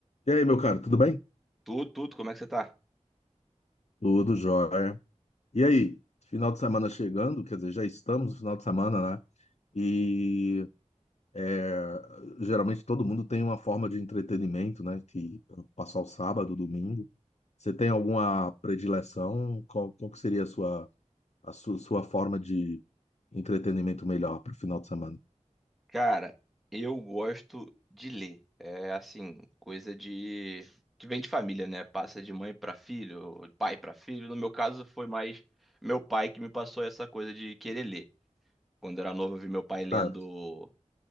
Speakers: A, on the left (about 60°); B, in the centre.
A: E aí, meu caro, tudo bem?
B: Tudo, tudo, como é que você tá?
A: Tudo jóia. E aí, final de semana chegando, quer dizer, já estamos no final de semana, né? E é, geralmente todo mundo tem uma forma de entretenimento, né? Que passar o sábado, o domingo. Você tem alguma predileção? Qual, qual que seria a sua, a su- sua, forma de entretenimento melhor para o final de semana?
B: Cara, eu gosto de ler. É assim, coisa de que vem de família, né? Passa de mãe pra filho, ou de pai pra filho. No meu caso, foi mais meu pai que me passou essa coisa de querer ler. Quando eu era novo, eu vi meu pai lendo,
A: tá